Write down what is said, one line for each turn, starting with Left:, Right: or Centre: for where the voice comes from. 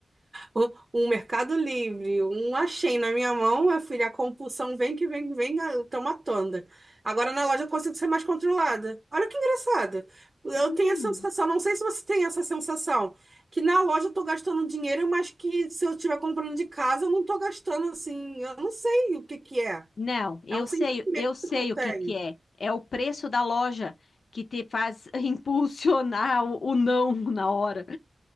Right: Um, um Mercado Livre, um Shein na minha mão, minha filha, a compulsão vem que vem, vem, ah, eu tô matando. Agora na loja eu consigo ser mais controlada. Olha que engraçado. Eu
Left: Hum,
Right: tenho a sensação, não sei se você tem essa sensação, que na loja eu tô gastando dinheiro, mas que se eu estiver comprando de casa, eu não tô gastando assim, eu não sei o que que é.
Left: não, eu
Right: É um sentido
Left: sei, eu sei
Right: que eu tenho.
Left: o que que é. É o preço da loja que te faz <laughs> impulsionar o, o não na hora.